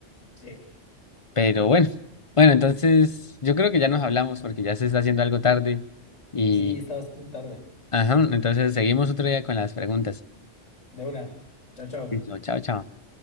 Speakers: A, on the left; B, on the left.
A: sí.
B: Pero bueno, bueno, entonces yo creo que ya nos hablamos porque ya se está haciendo algo tarde y,
A: Sí, está bastante tarde.
B: ajá, entonces seguimos otro día con las preguntas.
A: De una. Chao, chao.
B: Listo, chao, chao.